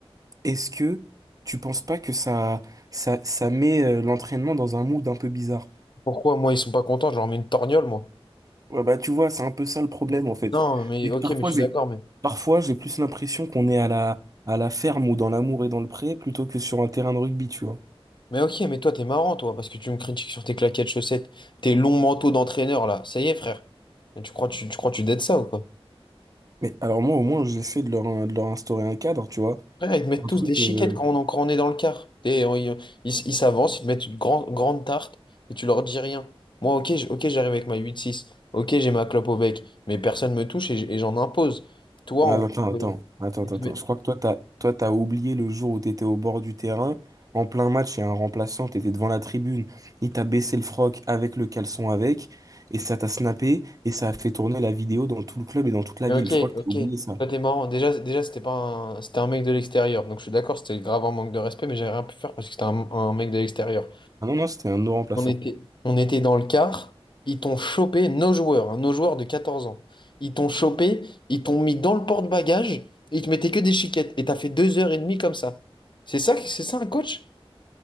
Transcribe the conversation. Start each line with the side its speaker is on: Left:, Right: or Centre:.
Right: est-ce que tu penses pas que ça, ça, ça met euh, l'entraînement dans un mood un peu bizarre?
Left: Pourquoi, moi, ils sont pas contents, je leur mets une torgnole, moi.
Right: Ouais, bah, tu vois, c'est un peu ça le problème, en fait.
Left: Non, mais
Right: Et
Left: ok,
Right: parfois,
Left: mais je suis
Right: j'ai,
Left: d'accord, mais.
Right: parfois, j'ai plus l'impression qu'on est à la, à la ferme ou dans l'amour et dans le pré plutôt que sur un terrain de rugby, tu vois.
Left: Mais ok, mais toi, t'es marrant, toi, parce que tu me critiques sur tes claquettes chaussettes, tes longs manteaux d'entraîneur, là. Ça y est, frère. Mais Tu crois, tu, tu crois, que tu dettes ça ou quoi?
Right: Mais alors, moi, au moins, j'essaie de leur, de leur instaurer un cadre, tu vois.
Left: Frère, ils te mettent
Right: Un
Left: tous
Right: truc,
Left: des chiquettes
Right: euh...
Left: quand on, quand on est dans le car. T'es- ils ils ils s'avancent, ils te mettent une grande, grande tarte et tu leur dis rien. Moi, ok, j- ok, j'arrive avec ma 8-6. Ok, j'ai ma clope au bec. Mais personne me touche et, j- et j'en impose. Toi, en
Right: ah,
Left: gros,
Right: attends,
Left: euh,
Right: attends, attends,
Left: ils
Right: attends,
Left: te
Right: attends.
Left: mettent-
Right: Je crois que toi, t'as, toi, t'as oublié le jour où t'étais au bord du terrain. En plein match, il y a un remplaçant, t'étais devant la tribune. Il t'a baissé le froc avec le caleçon avec. Et ça t'a snappé. Et ça a fait tourner la vidéo dans tout le club et dans toute la
Left: Mais
Right: ville.
Left: ok,
Right: Je crois que t'as
Left: ok.
Right: oublié ça.
Left: Toi, t'es marrant. Déjà, déjà c'était pas un... c'était un mec de l'extérieur. Donc, je suis d'accord, c'était grave un manque de respect, mais j'ai rien pu faire parce que c'était un, un mec de l'extérieur.
Right: Ah non, non, c'était un no remplaçant.
Left: On était, on était dans le car, ils t'ont chopé, nos joueurs, hein, nos joueurs de 14 ans, ils t'ont chopé, ils t'ont mis dans le porte-bagages, et ils te mettaient que des chiquettes, et t'as fait deux heures et demie comme ça. C'est ça, que- c'est ça un coach?